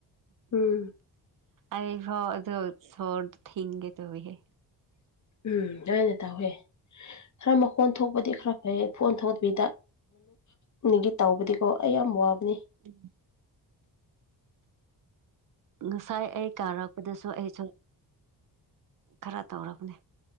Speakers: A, on the left (about 45°); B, on the right (about 50°).
A: ꯎꯝ
B: ꯑꯩꯐꯥꯎ ꯑꯗꯣ ꯁꯣꯔ ꯊꯤꯡꯒꯦ ꯇꯧꯍꯦ
A: ꯎꯝ ꯑꯅ ꯇꯧꯋꯦ ꯈꯔ ꯃꯈꯣꯟ ꯊꯣꯛꯄꯗꯤ ꯈꯔ ꯐꯩ ꯐꯣꯟ ꯊꯣꯛꯇꯕꯤꯗ ꯃꯅꯨꯡꯒꯤ ꯇꯥꯎꯕꯗꯤꯀꯣ ꯑꯩ ꯌꯥꯝ ꯋꯥꯕꯅꯤ
B: ꯎꯝ ꯉꯁꯥꯏ ꯑꯩ ꯀꯥꯔꯛꯄꯗꯁꯨ ꯑꯩꯁꯨ ꯈꯔ ꯇꯧꯔꯕꯅꯦ